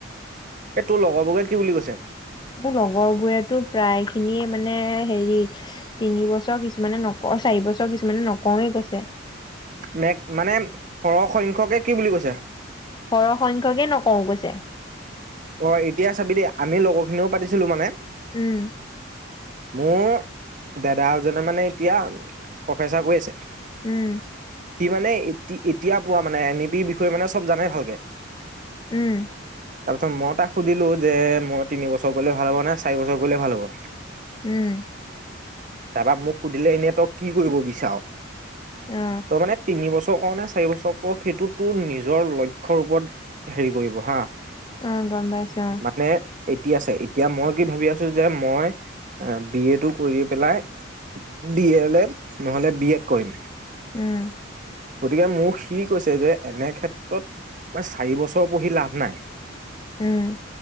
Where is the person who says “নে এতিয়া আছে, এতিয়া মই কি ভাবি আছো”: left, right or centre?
Right